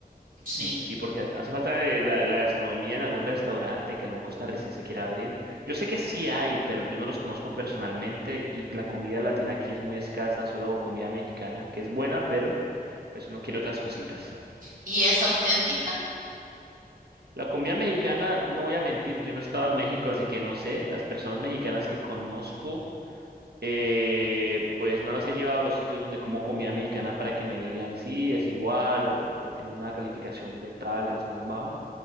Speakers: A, on the right (about 60°); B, on the right (about 85°).
A: Sí.
B: Mm, Sí, porque hace falta eh, la, la gastronomía en algún restaurante que algún costarricense quiera abrir. Yo sé que sí hay, pero yo no los conozco personalmente y la comida latina aquí es muy escasa, solo comida mexicana, que es buena, pero pues uno quiere otras cositas.
A: ¿Y es auténtica?
B: La comida mexicana, no voy a mentir, yo no he estado en México, así que no sé. Las personas mexicanas que conozco eh, pues no las he llevado a los sitios donde como comida mexicana para que me digan sí, es igual o, o tiene una calificación de tal, es más bajo.